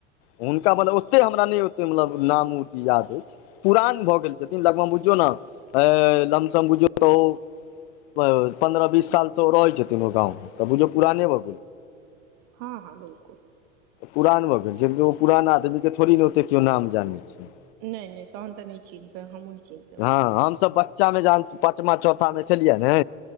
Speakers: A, on the left; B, on the right.
A: हुनका मब ओतेक हमरा नहि ओ मतलब नाम याद अछि पुरान भऽ गेल छथिन लगभग बुझियौने अ लमसम बुझ तऽ ओ पन्द्रह बीस साल त ओ रहै छथिन ओ गाँंवमे तऽ बुझियौ पुराने भऽ
B: हँ हँ बिलकुल
A: पुरान भऽ गेल छै ओ पुरान आदमी के थोड़ी ने ओते केओ नाम जानै छै
B: नहि नहि तहन तऽ नहि चिन्हबै हमहू नहि चिन्ह पेबै
A: हँ हमसब बच्चा मे जहन पचमा चौथा मे छलियै ने